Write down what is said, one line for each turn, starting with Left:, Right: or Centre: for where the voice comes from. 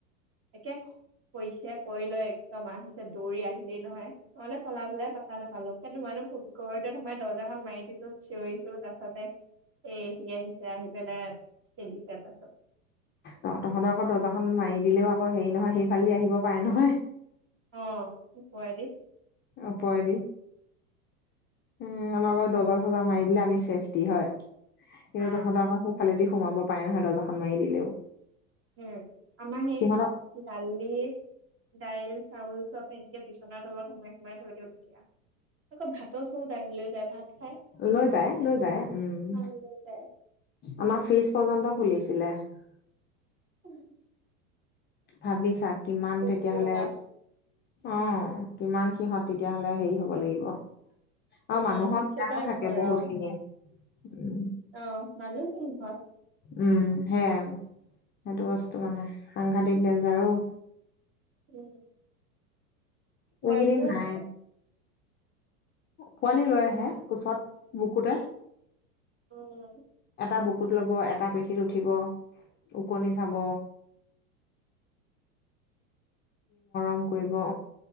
Right: এতিয়া কৈছে কৈ লৈ একদম আহিছে দৌৰি আহিলেই নহয়, মানে পলাবলে পাত্তা নাপালো <unintelligible> ঘৰতে সোমাই দৰ্জাখন মাৰি দিছো চিঞৰিছো তাৰ পাছতে সে সি আহি তে আহি পেলাই, খেদিছে পাছত।
Left: ত' তহঁতৰ আকৌ দৰ্জাখন মাৰি দিলেও আকৌ হেৰি নহয় সেইফালেদি আহিব পাৰে নহয়।
Right: অ', শুকুৱাই দি।
Left: ওপৰেদি। উম আমাৰ বাৰ দৰ্জাৰ চজাৰ মাৰি দিলে আমি চছেফটি হয়, কিন্তু
Right: আহ
Left: তহঁতৰ আকৌ <unintelligible> ফালেদি সোমাব পাই নহয় দৰ্জাখন মাৰি দিলেও।
Right: উম, আমাৰ সে
Left: সিহঁতক
Right: দালি দাইল দাইল চাউল চব এনেকে বিছনাৰ তলত সোমাই সোমাই থৈ দিওঁ তেতিয়া, আকৌ ভাতৰ চব দাঙি লৈ যায় ভাত খাই
Left: লৈ যায় লৈ যায় উম,
Right: খাই লৈ যায়
Left: আমাৰ ফিজ পৰ্যন্ত খুলিছ <unintelligible>
Right: উম।
Left: ভাবিছা কিমান
Right: কটোৱা
Left: তেতিয়াহলে অ', কিমান সিহঁত তেতিয়াহ'লে হেৰি হ'ব লাগিব। অ',
Right: উম
Left: মানুহৰ
Right: সিহঁতৰ
Left: জ্ঞানো থাকে
Right: ঘৰ
Left: বহুত
Right: আৰু
Left: খিনি। উম
Right: অ', মানুহে সিহঁত।
Left: উম সেইয়াই, সেইটো বস্তু মানে, সাংঘাতিক ডেইঞ্জাৰ অ',
Right: উম পোৱালিও
Left: এইকেইদিন
Right: আছে।
Left: নাই পোৱালি লৈ আহে, কোচত বুকুতে।
Right: অঁ।
Left: এটা বুকুত ল'ব, এটা পিঠিত উঠিব, ওকনি চাব।
Right: <unintelligible>
Left: ক কৰিব অ,